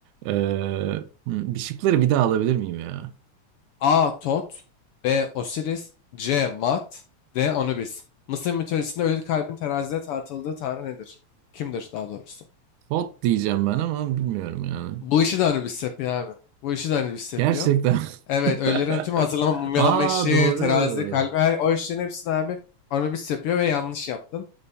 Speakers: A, on the right; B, on the left.
A: Ee, hı, bir şıkları bir daha alabilir miyim ya?
B: A. Tot B. Osiris C. Mat D. Anubis Mısır mitolojisinde ölü kalbin terazide tartıldığı tanrı nedir? Kimdir daha doğrusu?
A: Pot diyeceğim ben ama bilmiyorum yani.
B: Bu işi de Anubis yapıyor abi. Bu işi de Anubis yapıyor.
A: Gerçekten.
B: Evet, ölülerin
A: <laughs>
B: tüm hazırlama, mumyalama
A: Aa
B: işi,
A: doğru.
B: terazi, kalbi, her, o işlerin hepsini abi Anubis yapıyor ve yanlış yaptın.